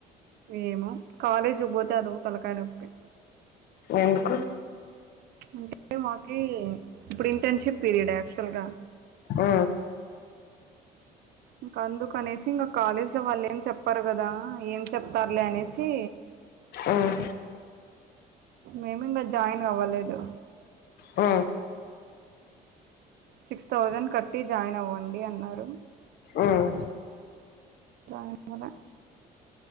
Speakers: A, on the right (about 65°); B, on the left (about 70°).
A: ఏమో కాలేజ్ కు బోతే అదో తలకాయల నొప్పి
B: ఎందుకు
A: అంటే మాకి ఇప్పుడు ఇంటర్న్షిప్ పీరియడ్ యాక్చువల్ గా
B: అ
A: ఇంకా అందుకనేసి ఇంకా కాలేజ్ లో వాళ్ళు ఏం చెప్పరు గదా ఏం చెప్తారులే అనేసి
B: ఉమ్
A: మేమింగా జాయిన్ అవ్వలేదు
B: ఉ
A: సిక్స్ థౌజండ్ కట్టి జాయిన్ అవ్వండి అన్నారు
B: ఉమ్
A: జాయిన్ అవ్వల